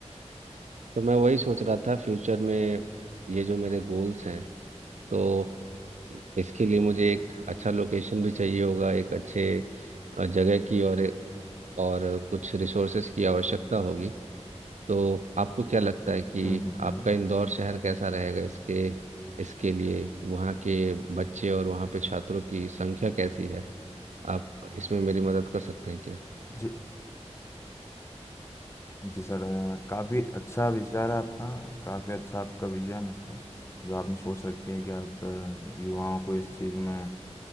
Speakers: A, on the right (about 90°); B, on the left (about 25°).
A: तो मैं वही सोच रहा था फ्यूचर में ये जो मेरे गोल्स हैं तो इसके लिए मुझे एक अच्छा लोकेशन भी चाहिए होगा एक अच्छे अ, जगह की और और कुछ रिसोर्सेस की आवश्यकता होगी तो आपको क्या लगता है कि
B: हम्म हम्म
A: आपका
B: हम्म,
A: इंदौर शहर कैसा रहेगा इसके इसके लिए वहाँ के बच्चे और वहाँ पे छात्रों की संख्या कैसी है आप इसमें मेरी मदद कर सकते हैं क्या
B: जी जी सर अ, काफी अच्छा विचार है आपका काफी अच्छा आपका विजन है जो आपने सोच रखी है कि आप अ, युवाओं को इस चीज में